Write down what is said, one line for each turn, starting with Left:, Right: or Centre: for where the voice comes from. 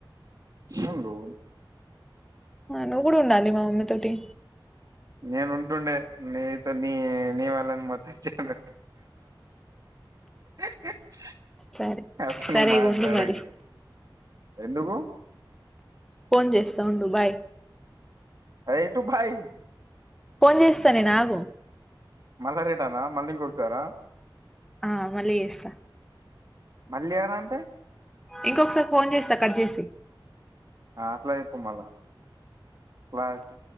Right: ఉండూ
Centre: నువ్వు గూడా ఉండాలి మా మమ్మీ తోటి
Right: నేను ఉంటుండే నీతో నీ నీ వాళ్ళని మొత్తంచ్చడగ <inaudible>
Centre: సరే
Right: అతను
Centre: సరే
Right: మాట్లాడకు
Centre: ఇగ ఉండు మరి
Right: ఇగ ఎందుకు
Centre: ఫోన్ చేస్తా ఉండు బై
Right: ఏటు భై
Centre: ఫోన్ చేస్తాను, నేను ఆగు
Right: మళ్లీ రిటర్న్ ఆ మళ్లీ ఇంకోసారి ఆ
Centre: ఆ మళ్ళీ చేస్తా
Right: మళ్ళీ ఏరా అంటే
Centre: ఇంకొకసారి ఫోన్ చేస్తా కట్ చేసి
Right: ఆ అట్లా చెప్పు, మల్ల క్లారిటీ